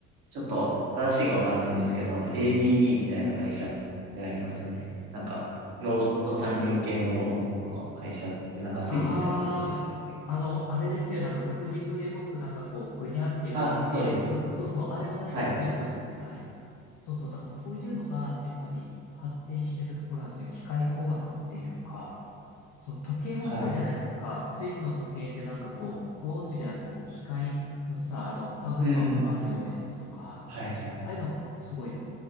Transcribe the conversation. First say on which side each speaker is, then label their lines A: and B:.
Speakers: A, on the right; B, on the left.
A: ちょっと正しいかわかんないんですけど、あの ABB みたいな会社ってありますよね。なんか、ロボット産業系のロボットの会社って、なんかスイスじゃなかったでしたっけ
B: ああ、あの、あれですよね。あの、六軸で動く、なんかこう、ぐにゃんって動いて、
A: あ、そうです、
B: そう、
A: そうです。
B: そうそう、あれも確かにスイスですね。
A: はい。
B: はい。そうそう、だからそういうのが、やっぱり発展してるところなんですよ。機械工学っていうか、そう、時計もそうじゃないですか。
A: はい。
B: スイスの時計ってなんかこう、クォーツじゃなくて、こう、機械のさ、あの、歯車が回るようなやつとか、
A: うん。はいはい。
B: ああいうのがすごい、